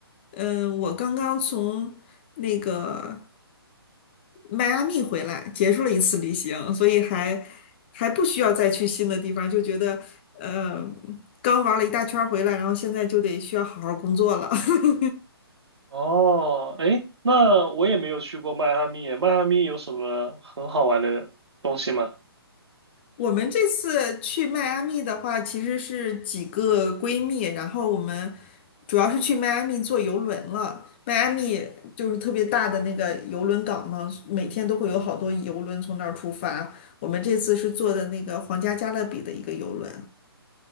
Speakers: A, on the left; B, on the right.
A: 嗯、我刚刚从那个迈阿密回来，结束了一次旅行，所以还还不需要再去新的地方，就觉得，嗯，刚玩了一大圈儿回来，然后现在就得需要好好工作了。<laughs>
B: 哦，哎，那我也没有去过迈阿密耶迈阿密有什么很好玩的东西吗？
A: 我们这次去迈阿密的话，其实是几个闺蜜，然后我们主要是去迈阿密坐游轮了。迈阿密就是特别大的那个游轮港嘛，每天都会有好多游轮从那儿出发。我们这次是坐的那个皇家加勒比的一个游轮。